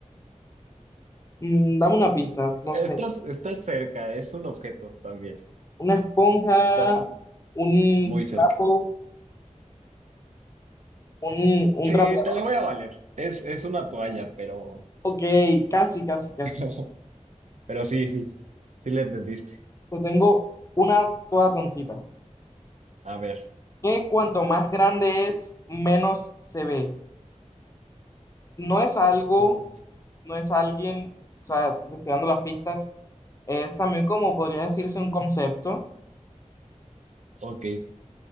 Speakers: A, on the left; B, on the right.
A: Mm, dame una pista, no
B: Estás,
A: sé.
B: estás cerca, es un objeto también.
A: Una esponja,
B: Estás
A: un
B: muy cerca.
A: trapo, un, un
B: Sí,
A: trapeador.
B: te la voy a valer. Es, es una toalla, pero,
A: Ok, casi, casi, casi.
B: <laughs> pero sí, sí, sí le entendiste.
A: Yo tengo una toda tontita.
B: A ver,
A: Que cuanto más grande es, menos se ve. No es algo,
B: cuan-
A: no es alguien, o sea, le estoy dando las pistas Es también como podría decirse un concepto.
B: ok.